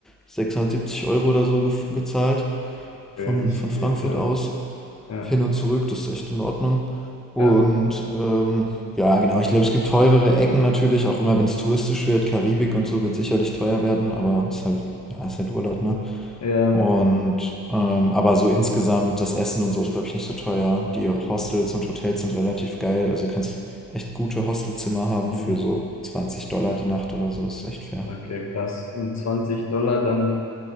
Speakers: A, in the centre; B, on the left.
A: 670 Euro oder so gef- gezahlt
B: Okay,
A: von,
B: das
A: von
B: geht,
A: Frankfurt
B: ja.
A: aus.
B: Ja,
A: Hin und zurück, das ist echt in Ordnung. Und
B: ja,
A: ähm, ja, genau, ich glaube, es gibt teurere Ecken natürlich, auch immer wenn es touristisch wird. Karibik und so wird sicherlich teuer werden, aber ist halt, ja, ist halt Urlaub, ne?
B: ja.
A: Und ähm, aber so insgesamt, das Essen und so ist, glaube ich, nicht so teuer. Die Hostels und Hotels sind relativ geil. Also kannst echt gute Hostelzimmer haben
B: Hm.
A: für so 20 Dollar die Nacht oder so. Ist echt fair.
B: Okay, krass. Und 20 Dollar dann.